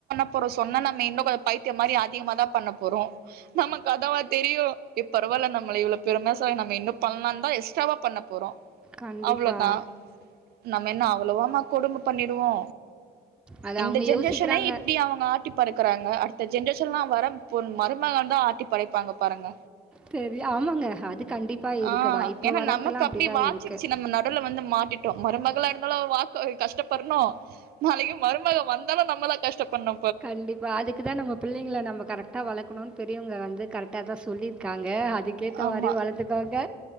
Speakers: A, on the right; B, in the centre.
A: அப்றோ சொன்னா நம்ம இன்னு கொஞ்சோ பைத்தியோ மாரி அதிகமா தா பண்ண போறோ நமக்கு அதாவா தெரியு ஏ பரவால நம்மள இவ்ளோ பெருமையா சொல்றாங்க நம்ம இன்னு பண்ணலான் தா எஸ்ட்ராவா பண்ணப் போறோ
B: கண்டிப்பா.
A: அவ்ளோதா நம்ம என்ன அவ்ளோவாமா கொடும பண்ணிடுவோ
B: அது
A: இந்த
B: அவங்க
A: ஜென்ரேஷனே
B: யோசிக்கிறாங்க.
A: இப்டி அவுங்க ஆட்டி படைக்குறாங்க அடுத்த ஜென்ரேஷன்லா வர பொண் மரு மகள்ந்தா ஆட்டி படைப்பாங்க பாருங்க
B: சரி ஆமாங்க. அது கண்டிப்பா இருக்குதான்.
A: ஆ
B: இப்போ
A: ஏனா
B: வர்றதெல்லாம்
A: நமக்கு அப்டி
B: அப்படிதான்
A: வாச்சிடுச்சு
B: இருக்கு.
A: நம்ம நடுல வந்து மாட்டிட் டோ மருமகளா இருந்தாலு அவ வா ழ்க்க கஷ்டப்பட்னு நாளைக்கு மருமக வந்தாலு நம்ம தா கஷ்டப்பட்னு
B: கண்டிப்பா அதுக்குதா நம்ம பிள்ளைங்ள நம்ம கரெக்டா வளக்ணுன் பெரியோங்க வந்து கரெக்டா தா சொல்லிருக்காங்க அதுக்கேத்த
A: ஆமா
B: மாரி வளர்த்துக்கோங்க